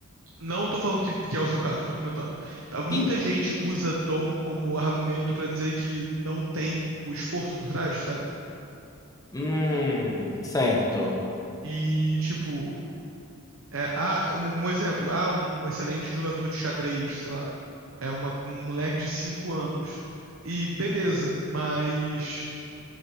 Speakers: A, on the right; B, on the left.
A: Não tô falando que, que é o seu caso, tô comentando. Tá, Muita
B: Sim.
A: gente usa dom como argumento pra dizer que não tem o esforço por trás, sabe?
B: Hum, certo.
A: E, tipo, é, ah, um, um exemplo, ah, um excelente jogador de xadrez, sei lá, é uma, um moleque de 5 anos. E beleza, mas